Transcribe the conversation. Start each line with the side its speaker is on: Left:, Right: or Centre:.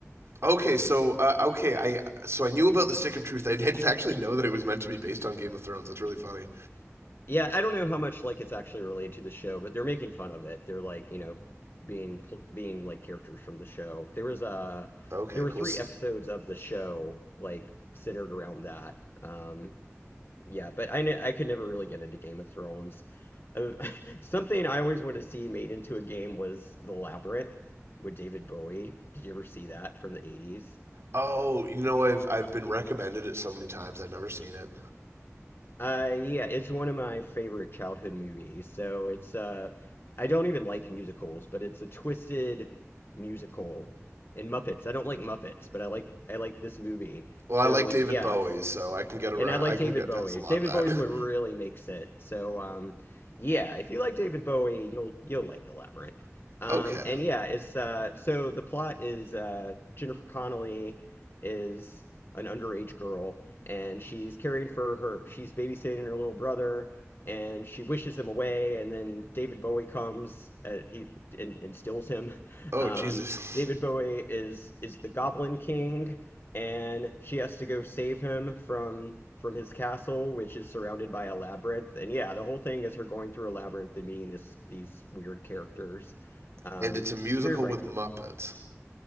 Right: Okay, so uh, okay, I so I knew about the Stick of Truth. I <laughs> didn't actually know that it was meant to be based on Game of Thrones. That's really funny.
Left: Yeah, I don't know how much like it's actually related to the show, but they're making fun of it. They're like, you know, being pl- being like characters from the show. There was a
Right: Okay,
Left: there were
Right: cool.
Left: three episodes of the show like centered around that. Um, Yeah, but I ne I could never really get into Game of Thrones. Uh, <laughs> something I always wanted to see made into a game was The Labyrinth with David Bowie. Did you ever see that from the 80s?
Right: Oh, you know I've I've been recommended it so many times. I've never seen it.
Left: Uh yeah, it's one of my favorite childhood movies. So it's uh I don't even like musicals, but it's a twisted musical. And Muppets. I don't like Muppets, but I like I like this movie.
Right: Well,
Left: So
Right: I like David
Left: yeah,
Right: Bowie, so I can get around.
Left: And I like
Right: I can
Left: David
Right: get
Left: Bowie.
Right: past a lot
Left: David
Right: of that.
Left: Bowie's what really makes it. So um, yeah, if you like David Bowie, you'll you'll like The Labyrinth. Um,
Right: <laughs> okay.
Left: and yeah, it's uh, so the plot is uh, Jennifer Connelly is an underage girl, and she's caring for her. She's babysitting her little brother, and she wishes him away. And then David Bowie comes. Uh, he and, and steals him. <laughs>
Right: Oh
Left: Um,
Right: Jesus.
Left: David
Right: <laughs>
Left: Bowie is is the Goblin King, and she has to go save him from from his castle, which is surrounded by a labyrinth. And yeah, the whole thing is her going through a labyrinth and meeting this these weird characters. Um,
Right: And it's a musical
Left: very ripe
Right: with Muppets.
Left: for me.